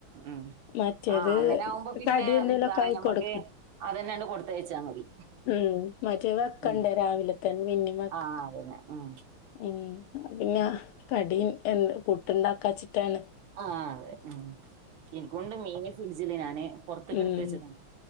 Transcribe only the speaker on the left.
മറ്റേത്
കടി എന്തേലൊക്കെ
ആയി
കൊടുക്കണം.
ഉം മറ്റേ വെക്കണ്ടേ
രാവിലെ തന്നെ പിന്നിം വെക്ക
ഉം പിന്നെ കടിയും എന്ത് പുട്ട്ണ്ടാക്കാച്ചിട്ടാണ്.
ഉം